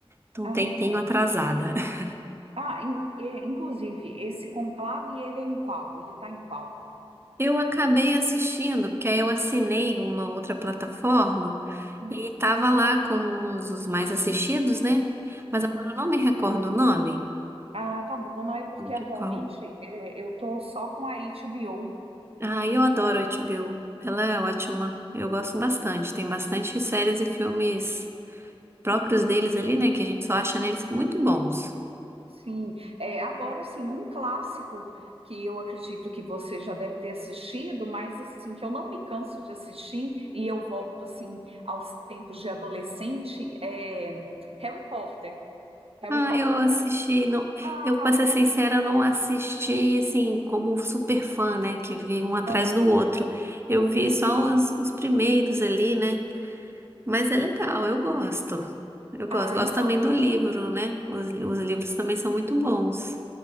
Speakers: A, on the right; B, on the right.
A: Tô
B: Ah,
A: um tempinho
B: tá.
A: atrasada. <laughs>
B: Ah, in- é, inclusive, esse conclave, ele é em qual? Ele está em qual?
A: Eu acabei assistindo, porque aí eu assinei uma outra plataforma
B: Hum,
A: e tava lá como os, os mais assistidos, né? Mas
B: uhum.
A: agora eu não me recordo o nome
B: Ah, tá bom, não é porque
A: de
B: atualmente
A: qual.
B: é, eu tô só com a HBO.
A: Ah, eu adoro a HBO. Ela é ótima. Eu gosto bastante. Tem bastante séries e filmes. próprios deles ali, né? Que a gente só acha neles muito bons.
B: Sim, é, agora sim, um clássico que eu acredito que você já deve ter assistido, mas assim, que eu não me canso de assistir e eu volto assim aos tempos de adolescente, é Harry Potter, Harry
A: Ah,
B: Potter.
A: eu assisti, não,
B: Ai,
A: eu pra ser sincera, eu não assisti assim como super fã, né? Que vi um atrás
B: aham,
A: do outro. Eu vi
B: isso.
A: só os, os primeiros ali, né? Mas é legal, eu gosto. Eu gosto,
B: Ah,
A: gosto
B: então,
A: também do livro, né? Os, os livros também são muito bons.